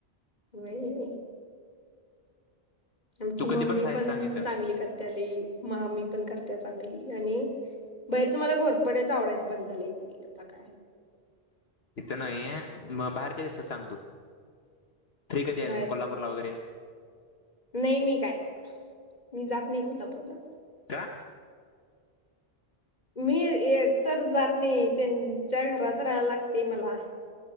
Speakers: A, on the left; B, on the left.
A: नई. आमची
B: तू कधी
A: मम्मी
B: खायचं
A: पण
B: सांग इथं
A: चांगली करते लई, मा्मी पण करतेच चांगली आणि बाहेरच मला घोर पडेच आवडायच बंद झाले, आता काय?
B: इथ नाही ये. मग बाहेर किती वाजता सांग तू. फ्री कधी आहेसं,
A: बाहेर
B: कोल्हापूला वगैरे.
A: नाही मी काय, मी जात जात नाही कोल्हापूरला.
B: का
A: मी एक तर जात नाही, त्यांच्या घरात राहायला लागते मला